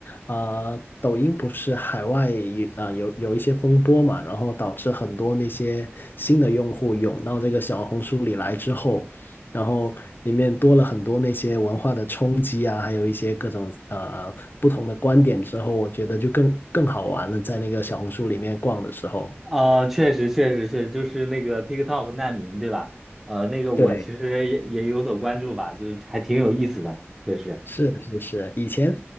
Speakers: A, on the left; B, in the centre.
A: 啊、抖音不是海外有啊、有有一些风波嘛，然后导致很多那些新的用户涌到这个小红书里来之后，然后里面多了很多那些文化的冲击啊，还有一些各种呃不同的观点之后，我觉得就更更好玩了，在那个小红书里面逛的时候。
B: 啊，确实，确实，确实，就是那个 TikTok 难民，对吧？呃，那个我其实也也有所关注吧，
A: 对。
B: 就是还挺有意思的，确实。
A: 是是是，以前